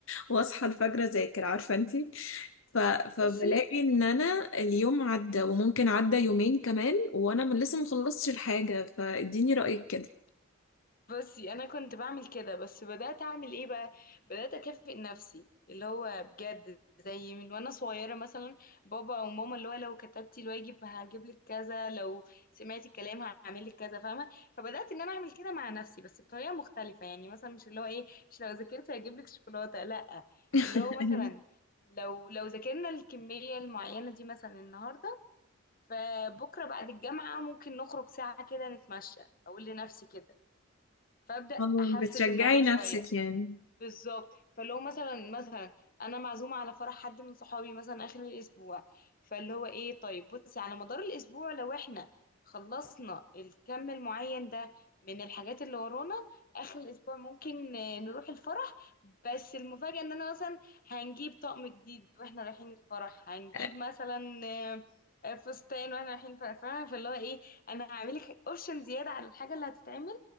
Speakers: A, on the left; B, on the left.
A: واصحى الفجر اذاكر عارفة انتي ف... فبلاقي
B: بصي
A: ان انا اليوم عدى وممكن عدى يومين كمان وانا من لسه مخلصتش الحاجة فاديني رأيك كده
B: بصي انا كنت بعمل كده بس بدات اعمل ايه بقى بدات اكافئ نفسي اللي هو بجد زي من وانا صغيره مثلا بابا او ماما اللي هو لو كتبتي الواجب هجيب لك كذا لو سمعتي الكلام هعمل لك كذا فاهمه فبدات ان انا اعمل كده مع نفسي بس بطريقه مختلفه يعني مثلا مش اللي هو ايه مش لو ذاكرت هجيب لك شوكولاته لا
A: <laughs>
B: اللي هو مثلا
A: أيوة.
B: لو لو ذاكرنا الكميه المعينه دي مثلا النهارده فبكرة بعد الجامعة ممكن نخرج ساعة كده نتمشى أقول لنفسي كده فأبدأ
A: آه،
B: أحفز
A: بتشجعي
B: الموضوع شوية
A: نفسك يعني
B: بالظبط فاللي هو مثلا مثلا انا معزومه على فرح حد من صحابي مثلا اخر الاسبوع فاللي هو ايه طيب بصي على مدار الاسبوع لو احنا خلصنا الكم المعين ده من الحاجات اللي ورانا اخر الاسبوع ممكن آه، نروح الفرح بس المفاجاه ان انا مثلا هنجيب طقم جديد واحنا رايحين الفرح هنجيب
A: أ-
B: مثلا آه، آه، فستان واحنا رايحين الفرح فاهمة؟ فاللي هو ايه انا هعملك اوبشن زياده على الحاجه اللي هتتعمل